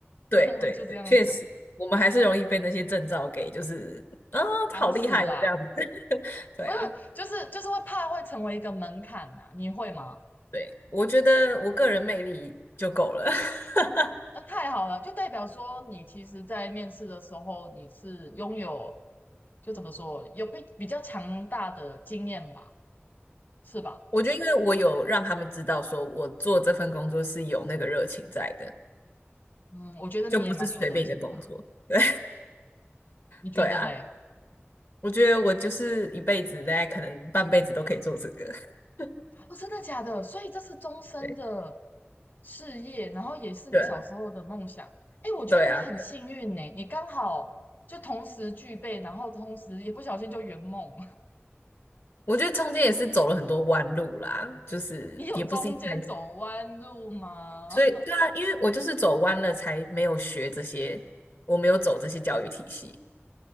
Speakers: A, on the left (about 70°); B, on the left (about 50°).
A: 对对对，
B: <laughs> 我就这样说，
A: 确实，我们还是容易被那些证照给，就是啊，
B: 常识啦。
A: 好厉害哦，这样子，<laughs> 对啊，
B: 不是，就是就是会怕会成为一个门槛呐、你会吗？
A: 对，我觉得我个人魅力就够了，<laughs>
B: 那太好了，就代表说你其实，在面试的时候你是拥有，就怎么说，有比比较强大的经验吧，是吧？
A: 我觉得因为我有让他们知道，说我做这份工作是有那个热情在的，
B: 嗯，我觉得你也蛮有热情的啊
A: 就不是随便一个工作。<laughs> 对。
B: 你觉得嘞？
A: 对啊，我觉得我就是一辈子，大概可能半辈子都可以做这个。<laughs>
B: 哦，真的假的？所以这是终身的
A: 对，
B: 事业，然后也是你小时候的梦想。
A: 对啊，
B: 哎，我觉得你很幸运呢，
A: 对啊，对
B: 你刚好就同时具备，然后同时也不小心就圆梦。
A: 我觉得中间也是走了很多弯路啦，就是也不是一开始，
B: 你有中间走弯路吗？
A: 所以对啊，
B: <laughs>
A: 因为我就是走弯了，才没有学这些，我没有走这些教育体系。